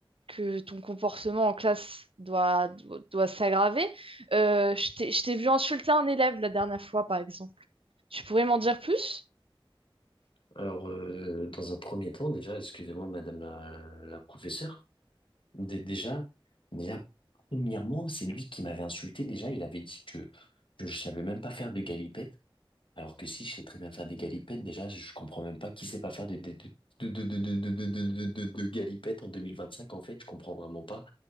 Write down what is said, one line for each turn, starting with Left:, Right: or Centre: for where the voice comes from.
Right: que ton comportement en classe doit, doit, doit s'aggraver. Euh, je t'ai, je t'ai vu insulter un élève la dernière fois, par exemple. Tu pourrais m'en dire plus?
Left: Alors, euh, dans un premier temps, déjà, excusez-moi, madame la, la professeure, Dé- déjà, déjà, premièrement, c'est lui qui m'avait insulté. Déjà, il avait dit que, que je savais même pas faire de galipettes, alors que si je sais très bien faire des galipettes, déjà, je comprends même pas qui sait pas faire de, de, de, de, de, de, de, de, de, de- de- de galipettes en 2025, en fait, je comprends vraiment pas.